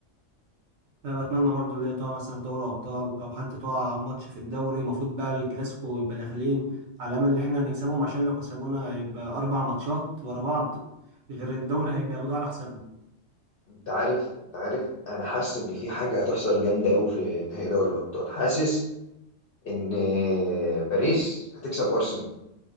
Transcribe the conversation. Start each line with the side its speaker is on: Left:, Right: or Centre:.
Right: انا بتمنى برضو اللي هي تقع مثلا في دوري ابطال او حتى تقع ماتش في الدوري المفروض بقى الكلاسيكو يبقى داخلين على امل ان احنا نكسبهم عشان لو كسبونا هيبقى اربع ماتشات ورا بعض غير الدوري هيبقى ياخدوه على حسابنا
Left: انت عارف انت عارف انا حاسس ان في حاجه هتحصل جامده قوي في نهائي دوري الابطال حاسس ان باريس هتكسب ارسنال